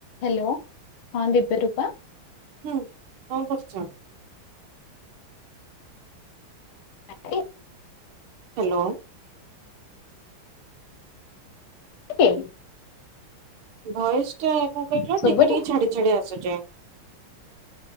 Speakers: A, on the left; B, on the right.
A: ହ୍ୟାଲୋ, ହଁ ଦିିବ୍ୟରୂପ।
B: ହୁଁ, କଣ କରୁଛ?
A: ଆରେ
B: ହ୍ୟାଲୋ।
A: କି <unintelligible>
B: ଭଏସ୍ ଟା କଣ କହିଲ
A: ଶୁଭୁନି?
B: ଟିକେ-ଟିକେ ଛାଡି-ଛାଡି ଆସୁଚି।